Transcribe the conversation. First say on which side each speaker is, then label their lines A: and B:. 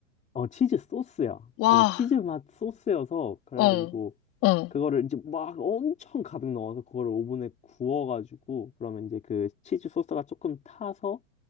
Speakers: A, on the left; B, on the left.
A: 어, 치즈 소스야.
B: 와,
A: 그래서 치즈 맛 소스여서, 그래가지고,
B: 어, 어,
A: 그거를 이제 막 엄청 가득 넣어서, 그거를 오븐에 구워가지고, 그러면 이제 그 치즈 소스가 조금 타서,